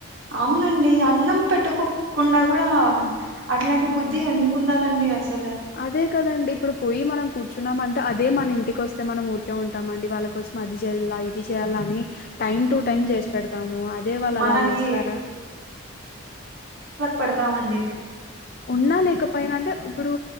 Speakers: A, on the right; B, on the left.
A: అవునండి అన్నం పెట్టుకోకుండా కూడా అట్లాంటి బుద్ధి ఎందుకు ఉండాలండి అస చల
B: అదే కదండి ఇప్పుడు పోయి మనం కూర్చున్నామ అంటే అదే మన ఇంటికి వస్తే మనం ఊరికే ఉంటామండి వాళ్ళ కోసం అది చేయాల ఇది చేయ్యాల అని టైమ్
A: మ్మ్.
B: టు టైం చేసి పెడతాము అదే వాళ్ళు
A: మనకి
B: అలా చేస్తారా.
A: పడతామండి
B: ఉన్నా లేకపోయినా అంటే ఇప్పుడు